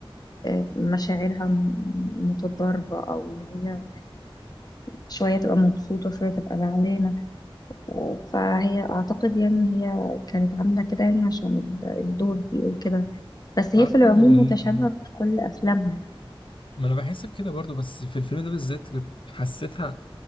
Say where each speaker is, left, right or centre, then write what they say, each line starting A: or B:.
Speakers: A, on the left; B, on the left.
A: آه، مشاعرها م- متضاربة أو اللي هي شوية تبقى مبسوطة وشوية تبقى زعلانة و- فهي أعتقد يعني هي كانت عاملة كده يعني عشان ال- الدور بيقول كده بس هي
B: عارفه
A: في العموم
B: هو ممكن
A: متشابهة في كل أفلامها
B: ما انا بحس بكده برضو بس في الفيلم ده بالذات كنت حسيتها